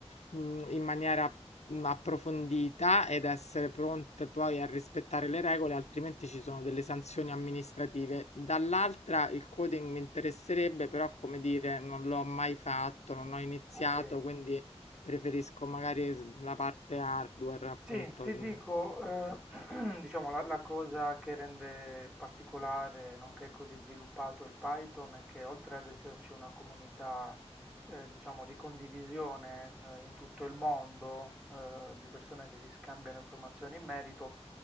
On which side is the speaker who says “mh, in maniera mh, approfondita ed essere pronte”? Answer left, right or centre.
Left